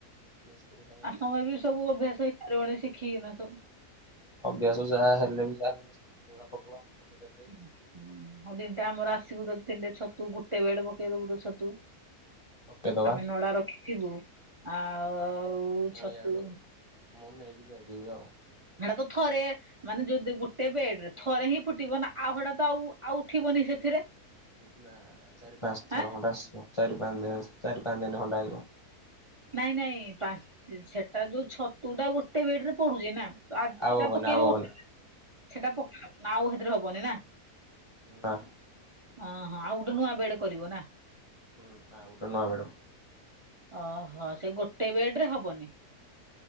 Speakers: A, on the left; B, on the right.
A: ମିସ୍ତ୍ରୀ କାଲି <inaudible>
B: ଆ ସମୟ ବି ସବୁ ଅଭ୍ୟାସ ହେଇ ସାରିବଣି ଶିଖିକିନା ସବୁ।
A: ଅଭ୍ୟାସ ଯାହା ହେଲେ ବି ଯାହାେଲେ ମିସ୍ତ୍ରୀ ଯଉଭଳିଆ <inaudible> ପକେଇବ ଆମେ ପକେଇ ପାରିବାନି।
B: ହୁଁ ହଉ ଆଉ ଦିନଟେ ଆମର ଆସିବୁ ତ ତିନିଟେ ଛତୁ ଗୁଟେ ବେଡ ପକେଇ ଦବୁ ତ ଛତୁ।
A: ପକେଇଦବା
B: ଆମେ ନଡା ରଖିଥିବୁ ଆଉ
A: ମୁଁ
B: ଛତୁ
A: ଇଆଡୁ ମୁଁ ନେଇକି ଯାଇଥିବି ଆଉ।
B: ହେଟା ତ ଥରେ। ମାନେ ଯଦି ଗୋଟେ ବେଡ ରେ ଥରେ ହିଁ ଫୁଟିବ ନା ଆଉ ହେଇଡା ତ ଆଉ ଆଉ ଉଠିବନି ସେଥିରେ।
A: ନା ଚାରି ପାଞ୍ଚ ଥର
B: ଆଁ
A: ଖଣ୍ଡେ ଆସିବ ଚାରି ପାଞ୍ଚ ଦିନ ଚାରି ପାଞ୍ଚ ଦିନ ଖଣ୍ଡେ ଆଇିବ।
B: ନାଇଁ ନାଇଁ ପା ସେଟା ଯୋଉ ଛତୁ ଟା ଗୋଟେ ବେଡ ରେ ପଡୁଛି ନା? ତ ଆଜି
A: ଆଉ
B: ଏଇଟା
A: ହବନି
B: ପକେଇଲୁ
A: ଆଉ ହବନି
B: ଗୋଟେ ସେଟା ପକା ହବନି ନା ଆଉ ହେଥିରେ ହବନି ନା?
A: ନା।
B: ହଁ ହଁ ଆଉ ଗୋଟେ ନୂଆ ବେଡ କରିବ ନା?
A: ହୁଁ ଆଉ ଗୋଟେ ନୂଆ ବେଡେ
B: ଓହୋ ସେ ଗୋଟେ ବେଡ ରେ ହବନି?